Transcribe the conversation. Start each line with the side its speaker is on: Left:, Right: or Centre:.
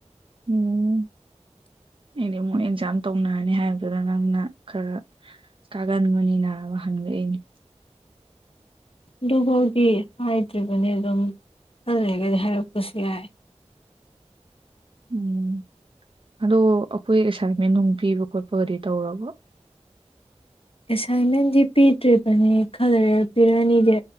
Right: ꯎꯝ ꯑꯩꯗꯤ ꯑꯃꯨꯛ ꯑꯦꯛꯖꯥꯝ ꯇꯧꯅꯔꯅꯤ ꯍꯥꯏꯕꯗꯨꯗ ꯅꯪꯅ ꯈꯔ ꯀꯥꯒꯟꯕꯅꯤꯅ ꯋꯥ ꯍꯪꯂꯛꯏꯅꯤ
Left: ꯑꯗꯨꯐꯥꯎꯗꯤ ꯍꯥꯏꯗ꯭ꯔꯤꯕꯅꯦ ꯑꯗꯨꯝ ꯈꯂꯩꯔꯒꯗꯤ ꯍꯥꯏꯔꯛꯄꯁꯨ ꯌꯥꯏ
Right: ꯎꯝ ꯑꯗꯣ ꯑꯈꯣꯏ ꯑꯦꯁꯥꯏꯟꯃꯦꯟ ꯅꯨꯡ ꯄꯤꯕ ꯈꯣꯠꯄꯒꯗꯤ ꯇꯧꯔꯕꯣ
Left: ꯑꯦꯁꯥꯏꯟꯃꯦꯟꯗꯤ ꯄꯤꯗ꯭ꯔꯤꯕꯅꯦ ꯈꯂꯩꯔ ꯄꯤꯔꯛꯑꯅꯤꯗꯤ